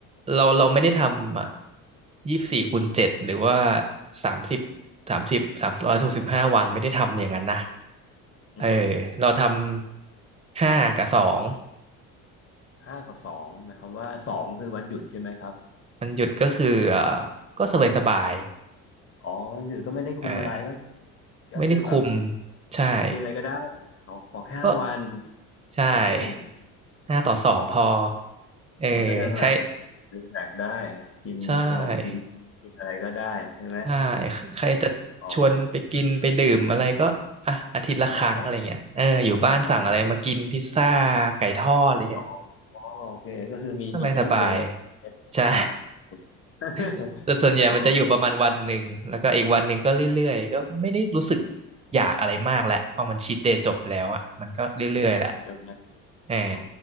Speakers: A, on the right; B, on the left.
A: เราเราไม่ได้ทำอ่ะยี่สิบสี่คูณเจ็ดหรือว่าสามสิบสามสิบสามร้อยหกสิบห้าวันไม่ได้ทำอย่างนั้นนะ
B: อืม
A: เออเราทำห้ากับสอง
B: ห้ากับสองหมายความว่าสองคือวันหยุดใช่ไหมครับ
A: มันหยุดก็คือเอ่อก็สบายสบาย
B: อ๋อวันหยุดก็ไม่ได้คุมอะไรก็
A: อ่า
B: ก็คือแบบ
A: ไม่ได้คุมใช่
B: กินอะไรก็ได้ขอขอแค่ห้าวัน
A: ก็ใช่
B: อืม
A: ห้าต่อสองพอ
B: อ๋อ
A: เออใคร
B: มันก็ยังแบบรีแลกซ์ได้กินขนมกินเค้กกินอะไรก็ได้ใช่ไหมอ๋อ
A: ใช่ ใช่ใครจะชวนไปกินไปดื่มอะไรก็อ่ะอาทิตย์ละครั้งอะไรเงี้ยเอออยู่บ้านสั่งอะไรมากินพิซซ่า
B: อ๋อได้อ๋อ
A: ไก่ทอดอะไรเงี้ย
B: อ๋ออ๋อโอเคก็คือมีมีชีทเดย์ชีทเดย์มัน
A: สบายสบายใช่
B: <laughs>
A: <laughs> แต่ส่วนใหญ่มันจะอยู่ประมาณวันหนึ่งแล้วก็อีกวันหนึ่งก็เรื่อยๆก็ไม่ได้รู้สึก
B: อ๋อ
A: อยากอะไรมากแหละพอมันชีทเดย์จบแล้วอ่ะมันก็เรื่อยๆแหละ
B: ใช่ไหม
A: เออ
B: อ๋อ